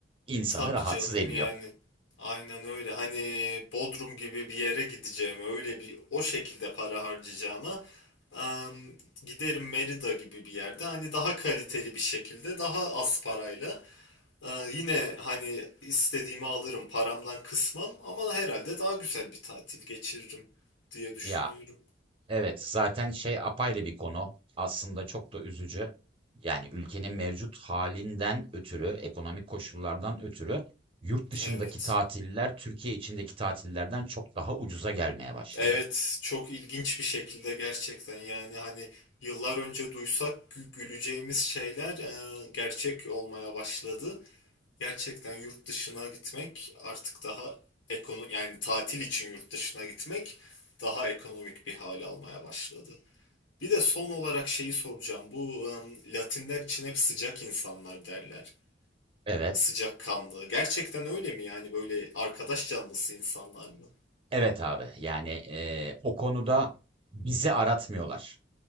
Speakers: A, on the right (about 30°); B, on the left (about 90°).
A: insanı
B: Tabii
A: rahatsız
B: canım
A: ediyor.
B: yani. Aynen öyle. Hani Bodrum gibi bir yere gideceğime, öyle bir o şekilde para harcayacağıma em, giderim Merida gibi bir yerde. Hani daha kaliteli bir şekilde, daha az parayla. e, yine hani istediğimi alırım, paramdan kısmam ama herhalde daha güzel bir tatil geçiririm diye düşünüyorum.
A: Ya Evet, zaten şey apayrı bir konu. Aslında çok da üzücü. Yani ülkenin mevcut halinden ötürü, ekonomik koşullardan ötürü yurt dışındaki
B: Evet.
A: tatiller Türkiye içindeki tatillerden çok daha ucuza gelmeye başladı.
B: Evet, çok ilginç bir şekilde gerçekten yani hani yıllar önce duysak gü- güleceğimiz şeyler e, gerçek olmaya başladı. Gerçekten yurt dışına gitmek artık daha ekonomik yani tatil için yurt dışına gitmek daha ekonomik bir hal almaya başladı. Bir de son olarak şeyi soracağım. Bu e, Latinler için hep sıcak insanlar derler.
A: Evet.
B: Sıcakkanlı. Gerçekten öyle mi yani böyle arkadaş canlısı insanlar mı?
A: Evet abi. Yani eee, o konuda bizi aratmıyorlar.